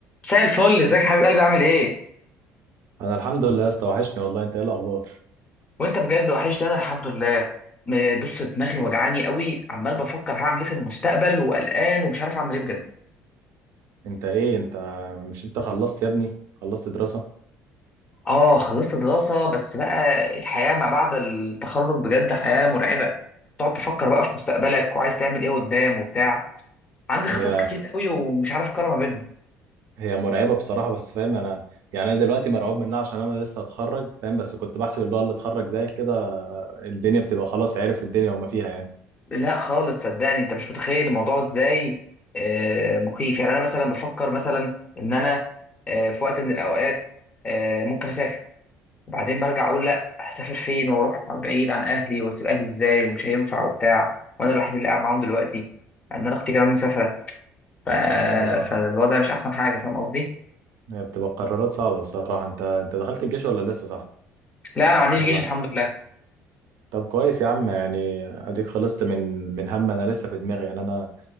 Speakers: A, on the left; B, on the right.
A: مساء الفل ازيك يا حبيب قلبي عامل ايه
B: انا الحمد لله يا اسطى وحشني والله انت ايه الاخبار
A: وانت بجد وحشني انا الحمد لله م- بص دماغي وجعاني قوي عمال بفكر هعمل ايه في المستقبل وقلقان ومش عارف اعمل ايه بجد
B: انت ايه انت مش انت خلصت يا ابني خلصت دراسة
A: اه خلصت دراسة بس بقى الحياة ما بعد التخرج بجد حياة مرعبة تقعد تفكر بقى في مستقبلك وعايز تعمل ايه قدام وبتاع عندي خطط
B: هي
A: كتير قوي ومش عارف اقرر ما بينهم
B: هي مرعبة بصراحة بس فاهم انا يعني انا دلوقتي مرعوب منها عشان انا لسه هتخرج فاهم بس كنت بحسب اللي هو اللي اتخرج زيك كده الدنيا بتبقى خلاص عارف الدنيا وما فيها يعني
A: لا خالص صدقني انت مش متخيل الموضوع ازاي آه، مخيف يعني انا مثلا بفكر مثلا ان انا آه، في وقت من الاوقات آه، ممكن اسافر وبعدين برجع اقول لا هسافر فين واروح بعيد عن اهلي واسيب اهلي ازاي ومش هينفع وبتاع وانا الوحيد اللي قاعد معاهم دلوقتي ان انا اختي كمان مسافره ف...
B: اه
A: فالوضع مش احسن حاجه فاهم قصدي
B: هي بتبقى قرارات صعبة بصراحة انت انت دخلت الجيش ولا لسه صح
A: لا انا ما عنديش
B: ولا
A: جيش الحمد لله
B: طب كويس يا عم يعني اديك خلصت من من هم انا لسه في دماغي يعني انا